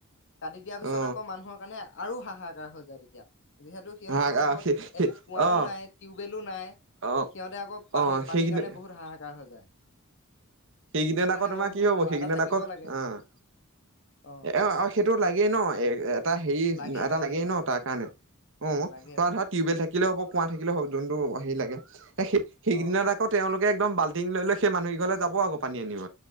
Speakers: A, on the left; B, on the right.
A: কাটি দিয়াৰ পিছত
B: অ
A: আ কাৰণে আৰু হাহাকাৰ হৈ যায় তেতিয়া। যিহেতু সিহঁতৰ
B: হা
A: ঘৰত
B: সেই
A: একো কুঁৱাও
B: অ
A: নাই টিউৱেলো নাই।
B: অ
A: সিহঁতে আকৌ পানী
B: অ সেইকেইদিন
A: পানীৰ কাৰণে বহুত হাহাকাৰ হৈ যায়।
B: সেইকেইদিনত
A: সেইকাৰণে
B: আকৌ তোমাৰ
A: মই ভাবো
B: কি হ'ব
A: কুঁৱা
B: সেইকেইদিনত
A: এটা থাকিব
B: আকৌ।
A: লাগে
B: অহ
A: অ
B: অ সেইটো লাগেই ন। এটা হেৰি
A: লাগে
B: এটা
A: লাগে
B: লাগেই ন
A: অ
B: তাৰ কাৰণে। অ
A: লাগে
B: তৰা
A: লাগে
B: ধৰা টিউৱেল থাকিলেও হ'ব। কুঁৱা থাকিলেও হ'ব যোনটো হেৰি লাগে। সেই সেইকেদিনত
A: অ
B: আকৌ তেওঁলোকে একদম বাল্টিং লৈ লৈ সেই মানুহ কেইঘৰলে যাব আকৌ। পানী আনিব।